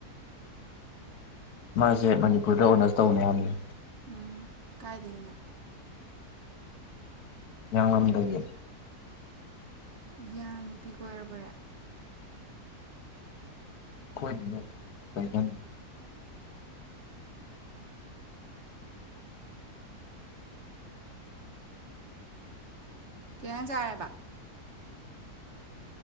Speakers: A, on the left (about 75°); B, on the right (about 50°).
A: ꯃꯥꯖꯦ ꯃꯅꯤꯄꯨꯔꯗ ꯑꯣꯅ꯭ꯔꯁ ꯇꯧꯅꯤ ꯍꯥꯏꯕꯅꯦ
B: ꯎꯝ ꯀꯥꯏꯗꯩꯅꯣ
A: ꯍꯤꯌꯥꯡꯂꯝꯗꯒꯤ
B: ꯎ ꯍꯤꯌꯥ ꯅꯨꯄꯤ ꯀꯣꯏꯔꯕꯣꯏꯔꯦ
A: ꯍꯣꯏ <inaudible>
B: ꯀꯩꯖꯥꯡ ꯆꯥꯔꯦꯕ